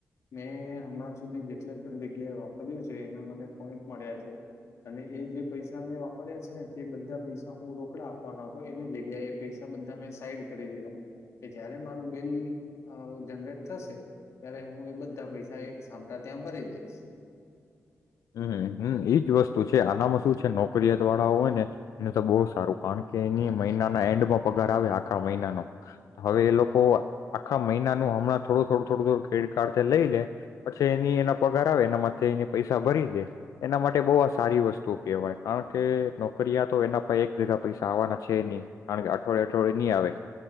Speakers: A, on the left (about 60°); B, on the left (about 80°).
A: મેં હમણાં મેં જેટલા પણ જગ્યાએ વાપર્યું છે એના મને પોઈન્ટ મળ્યા છે અને એ જે પૈસા મેં વાપર્યા છે ને જે બધા પૈસા હું રોકડા આપવાના હતો એની જગ્યાએ એ પૈસા બધા મેં સાઈડ કરી દીધા કે જયારે મારું બિલ જનરેટ થશે ત્યારે હું એ બધા પૈસા સામટા ત્યાં ભરી દઈશ.
B: હમ હમ એ જ વસ્તુ છે આનામાં શું છે નોકરીિયાત વાળા હોય ને એને તો બહુ સારું કારણ કે એની મહિનાના એન્ડમાં પગાર આવે આખા મહિનાનો હવે એ લોકો આખા મહિનાનું હમણાં થોડું થોડું થોડું થોડું ક્રેડિટ કાર્ડથી લઈ લે પછી એની એના પગાર આવે એનામાં એ પૈસા પૈસા ભરી દે એના માટે બઉ આ સારી વસ્તુ કેવાય કારણ કે નોકરિયાતો એના પાહે એક ભેગા પૈસા આવવાના છે નહી કારણ કે અઠવાડિયે અઠવાડિયે નહી આવે.